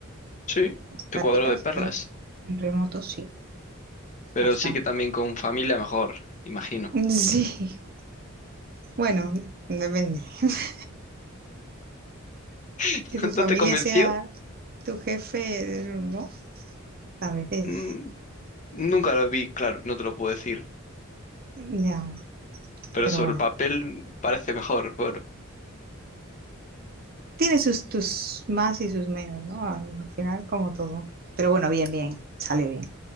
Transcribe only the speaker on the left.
Sí,
te cuadro de perlas.
Pero
sí que también con familia mejor, imagino.
<laughs>
¿No te convenció?
Mm, Nunca lo vi, claro, no te lo puedo decir.
Pero
sobre
el papel parece mejor. por-